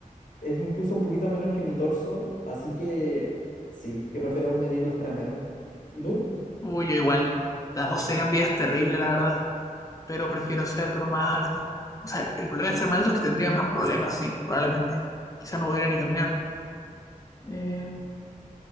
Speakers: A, on the left (about 65°); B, on the left (about 25°).
A: Es incluso un poquito menos que mi torso, así que sí, yo prefiero medir los 3 metros. ¿Y tú?
B: Uy, yo igual. Las dos serían vidas terribles, la verdad. Pero prefiero ser más alto. O sea, el problema de ser más alto es que tendría más problemas, sí, probablemente. Quizá no podría ni caminar. Eh...